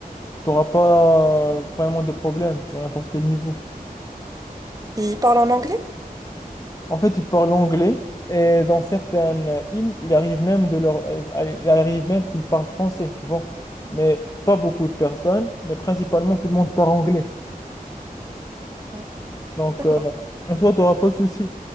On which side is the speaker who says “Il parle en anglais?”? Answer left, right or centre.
Right